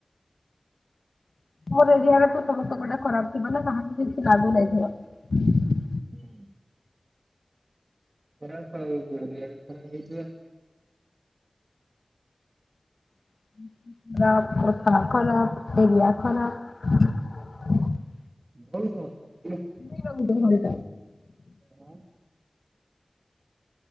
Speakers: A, on the left; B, on the right.
A: ମୋ ଏରିଆ ତୁ
B: ହୁଁ। ଖରା ଏ ଖରା
A: <unintelligible>
B: ଭଲ। ଭଲ
A: <unintelligible>
B: କଣ? ହଁ।